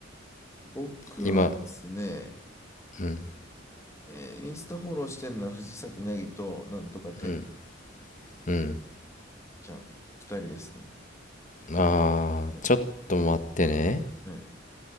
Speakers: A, on the left; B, on the left.
A: 僕はですね、
B: 今、うん、
A: えーインスタフォローしてるのは藤崎なぎと、なんとかてん
B: うん、うん。
A: ちゃん、二人ですね。
B: あー、
A: ね
B: ちょっと待ってね。
A: はい